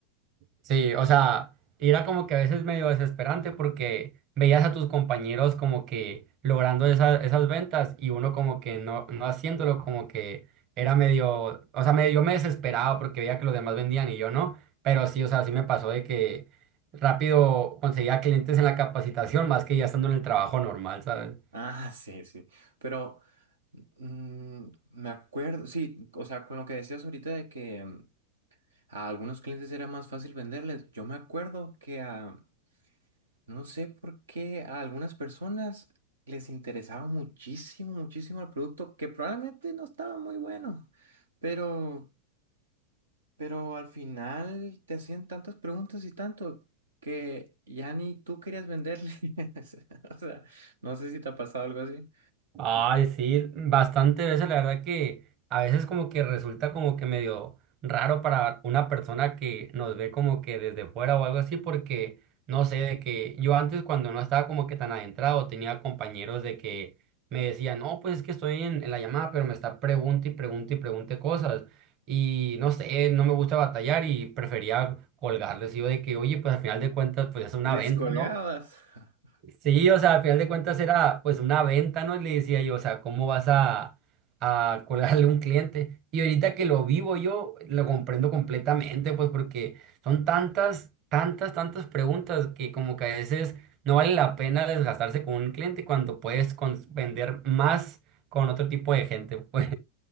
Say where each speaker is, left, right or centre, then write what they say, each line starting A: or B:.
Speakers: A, on the right (about 35°); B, on the right (about 70°).
A: Sí, o sea, y era como que a veces medio desesperante porque veías a tus compañeros como que logrando esa- esas ventas y uno como que no, no haciéndolo, como que era medio, o sea, medio, yo me desesperaba porque veía que los demás vendían y yo no, pero sí, o sea, sí me pasó de que rápido conseguía clientes en la capacitación más que ya estando en el trabajo normal, ¿sabes?
B: Ah, sí, sí. Pero mm, me acuerdo, sí, o sea, con lo que decías ahorita de que mm, a algunos clientes era más fácil venderles, yo me acuerdo que a... No sé por qué a algunas personas les interesaba muchísimo, muchísimo el producto, que probablemente no estaba muy bueno, pero, pero al final te hacían tantas preguntas y tanto que ya ni tú querías venderles. <laughs> O sea, no sé si te ha pasado algo así.
A: Ay, sí, bastante veces la verdad que a veces como que resulta como que medio raro para una persona que nos ve como que desde fuera o algo así, porque no sé, de que yo antes cuando no estaba como que tan adentrado, tenía compañeros de que me decían, no, pues es que estoy en, en la llamada, pero me está pregunta y pregunta y pregunte cosas, y no sé, no me gusta batallar y prefería colgarles, y yo de que, oye, pues al final de cuentas, pues es una
B: Les
A: venta,
B: colgabas.
A: ¿no?
B: <laughs>
A: Sí, o sea, al final de cuentas era pues una venta, ¿no? Le decía yo, o sea, ¿cómo vas a, a colarle a un cliente? Y ahorita que lo vivo yo, lo comprendo completamente, pues porque son tantas, tantas, tantas preguntas que como que a veces no vale la pena desgastarse con un cliente cuando puedes cons- vender más con otro tipo de gente, <laughs> pues.